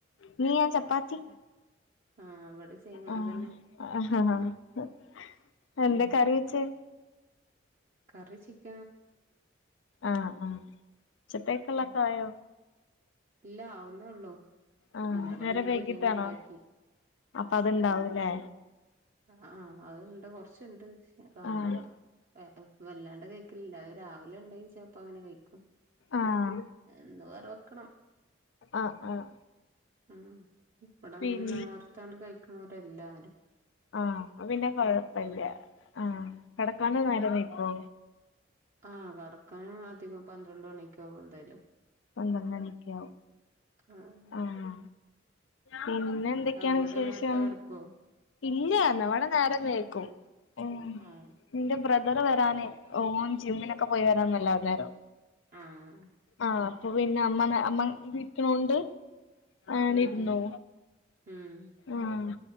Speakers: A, on the left (about 80°); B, on the right (about 40°).
A: ഇന്ന് ഞാൻ ചപ്പാത്തി
B: ആഹ് ഇവിടെ സെയിം
A: ആഹ്
B: അതന്നെ
A: <unintelligible> ഇന്ന് എന്താ
B: ആഹ്
A: കറി വെച്ചേ
B: കറി ചിക്ക്
A: ആഹ് ആഹ് ഉച്ചത്തേക്കുള്ളെ
B: ഉം
A: ഓക്കെ ആയോ
B: ഇല്ല ആവുന്നേ ഒള്ളൂ
A: ആഹ്
B: ഇന്നലെ
A: നേരം
B: പിന്നെ
A: വൈകിട്ടാണോ
B: ബിരിയാണി ഇണ്ടാക്കി
A: അപ്പൊ അതുണ്ടാവൂല്ലെ
B: ആഹ് ആഹ് അത്ണ്ട് കൊറച്ച്ണ്ട് അപ്പ അങ്ങനെ
A: ആഹ്
B: അഹ് വല്ലാണ്ട് കഴിക്കലില്ല അത് രാവിലെ ഉണ്ടെങ്കിൽ ചെൽപ്പോ അങ്ങനെ കഴിക്കും
A: ആഹ്
B: എന്ന് വേറെ വെക്കണം
A: ആഹ് ആഹ്
B: ഉം ഇബടെ
A: പിൻ
B: അങ്ങനെ നേർത്താണ്ട് കഴിക്കുണോരാ എല്ലാരും
A: ആഹ് അപ്പൊ പിന്നെ കൊഴപ്പല്ല ആഹ് കെടക്കാണ്ട് നേരം വൈക്കോ
B: ആഹ് കെടക്കാനും അധികം പന്ത്രണ്ട് മണിയൊക്കെ ആകും എന്തായാലും
A: പന്ത്രണ്ടണിക്കോ
B: ആഹ്
A: ആണോ പിന്നെ എന്തൊക്കെയാണ്
B: അവിടെ
A: വിശേഷം
B: നേരത്തെ കിടക്കുവോ
A: ഇല്ല ന്ന് വ്ടെ നേരം നേക്കും ഉം
B: ആഹ്
A: ഇന്റെ ബ്രദർ വരാന് ഓൻ ജിമ്മിനൊക്കെ പോയി വരാൻ നല്ല അ നേരം വൈകും
B: ആഹ്
A: ആഹ് അപ്പൊ പിന്നെ അമ്മ അമ്മ ട്ടോണ്ട് ആണ്ടിരുന്നോ
B: ഉം ഉം
A: ആഹ്